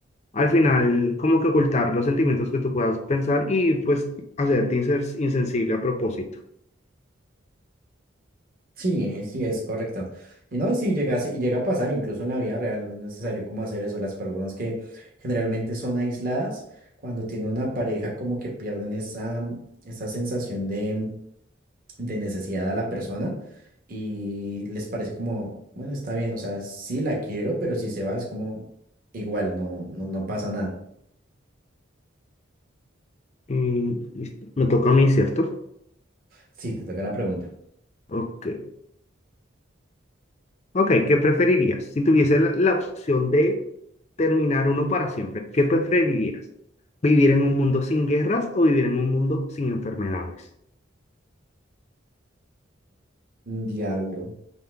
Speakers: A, on the left; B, on the right.
A: al final, como que ocultar los sentimientos que tú puedas pensar y pues hacerte insen- insensible a propósito.
B: Sí, eh, sí, es correcto. Y no, y sí llega, a se- y llega a pasar incluso en la vida real, no es necesario como hacer eso. Las personas que generalmente son aisladas, cuando tienen una pareja, como que pierden esa, esa sensación de de necesidad a la persona y les parece como, bueno, está bien, o sea, sí la quiero, pero si se va es como igual, no, no, no pasa nada.
A: Y listo, me toca a mí, ¿cierto?
B: Sí, te toca la pregunta.
A: Ok. Ok, ¿qué preferirías? Si tuviese la, la opción de terminar uno para siempre, ¿qué preferirías? ¿Vivir en un mundo sin guerras o vivir en un mundo sin enfermedades?
B: Diablo.